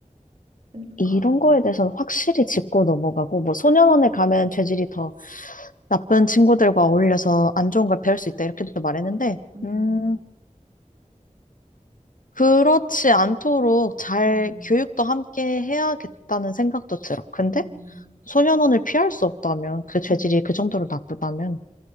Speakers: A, on the right; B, on the left.
A: 그러니까.
B: 이런 거에 대해서는 확실히 짚고 넘어가고, 뭐, 소년원에 가면 죄질이 더 나쁜 친구들과 어울려서 안 좋은 걸 배울 수 있다, 이렇게도 말했는데,
A: 음,
B: 음, 그렇지 않도록 잘
A: 음,
B: 교육도 함께 해야겠다는 생각도 들어. 근데
A: 음,
B: 소년원을 피할 수 없다면, 그 죄질이
A: 음,
B: 그 정도로 나쁘다면,